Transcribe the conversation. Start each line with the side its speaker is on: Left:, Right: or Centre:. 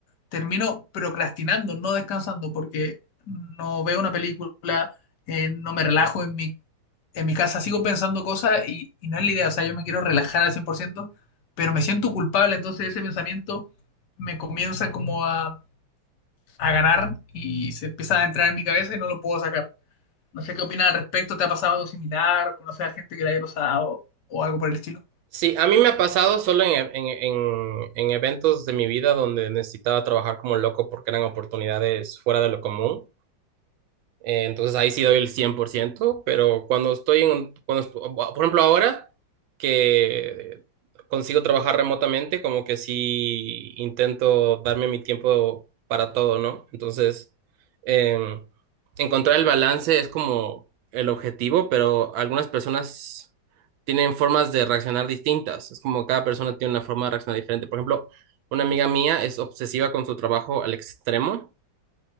Left: termino procrastinando, no descansando, porque no veo una película, eh, no me relajo en mi, en mi casa, sigo pensando cosas y, y no es la idea, o sea, yo me quiero relajar al cien por ciento pero me siento culpable, entonces ese pensamiento me comienza como a, a ganar y se empieza a entrar en mi cabeza y no lo puedo sacar. No sé qué opinas al respecto, ¿te ha pasado algo similar? ¿Conoces a gente que le haya pasado o algo por el estilo?
Right: Sí, a mí me ha pasado solo en, en, en, en eventos de mi vida donde necesitaba trabajar como loco porque eran oportunidades fuera de lo común. Eh, entonces ahí sí doy el cien por ciento pero cuando estoy en, un- cuando, est- por ejemplo, ahora que consigo trabajar remotamente, como que sí intento darme mi tiempo para todo, ¿no? Entonces, eh, encontrar el balance es como el objetivo, pero algunas personas tienen formas de reaccionar distintas. Es como cada persona tiene una forma de reaccionar diferente. Por ejemplo, una amiga mía es obsesiva con su trabajo al extremo